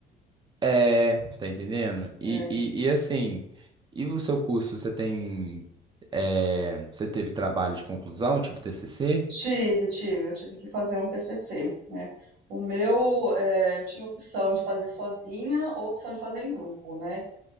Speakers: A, on the right; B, on the right.
A: É, tá entendendo? E,
B: É,
A: e, e assim, e o seu curso, você tem, é, você teve trabalho de conclusão, tipo TCC?
B: tive, tive. Eu tive que fazer um TCC, né? O meu, é, eu tinha opção de fazer sozinha ou opção de fazer em grupo, né?